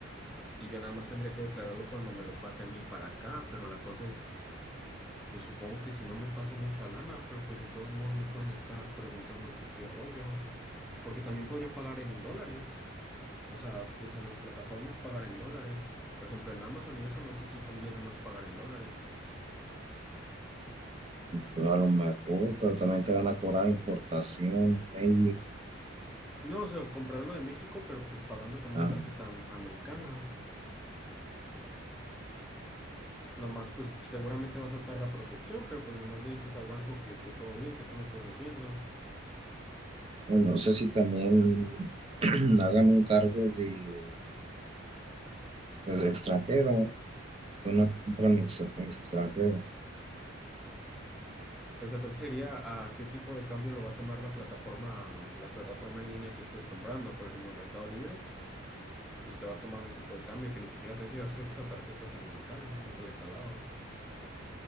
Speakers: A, in the centre; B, on the right.
A: y yo nada más tendría que declararlo cuando me lo pase a mí para acá, pero la cosa es, pues supongo que si no me paso mucha lana, pero pues de todos modos me pueden estar preguntando que qué rollo, porque también podría pagar en dólares, o sea, pues en las plataformas pagar en dólares, por ejemplo en Amazon y eso no sé si conviene más pagar en dólares.
B: pero a lo mejor, pero también te van a cobrar importación, maybe.
A: No, o sea, comprarlo de México, pero pues pagando con una
B: Ah,
A: tarjeta am- americana. Nomás, pues seguramente va a saltar la protección, pero pues nomás le dices al banco que, que todo bien, que tú lo estás haciendo.
B: bueno, no sé si también <clears throat> hagan un cargo de, pues, extranjero, de una compra en ex- extranjero.
A: Pues la cosa sería a qué tipo de cambio lo va a tomar la plataforma, la plataforma en línea que estés comprando. Por ejemplo, Mercado Libre, pues te va a tomar un tipo de cambio que ni siquiera sé si <laughs> acepta tarjetas americanas, nunca le he calado.